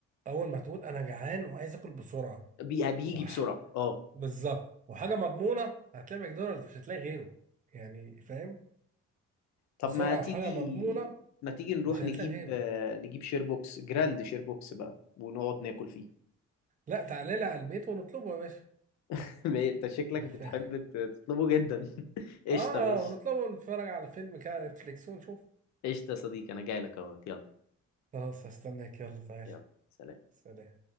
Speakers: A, on the right; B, on the left.
A: اول ما تقول انا جعان وعايز اكل بسرعة
B: بي- بيجي
A: وح...
B: بسرعة اه
A: بالظبط وحاجة مضمونة هتلاقي ماكدونالدز مش هتلاقي غيره يعني فاهم
B: طب
A: بسرعة
B: ما تيجي
A: وحاجة مضمونة
B: ما تيجي نروح
A: مش هتلاقي
B: نجيب
A: غيره
B: آه، نجيب شير بوكس جراند شير بوكس بقى ونقعد ناكل فيه
A: لا تعالى لي على البيت ونطلبه يا باشا
B: <laughs> انت شكلك
A: <laughs>
B: بتحب ت- تطلبه جدا <laughs> قشطة
A: اه
B: ماشي
A: ونطلبه ونتفرج على فيلم كده على نتفليكس ونشوف
B: قشطة يا صديقي انا جاي لك اهو يلا
A: خلاص هستناك يلا تعالى
B: يلا سلام
A: سلام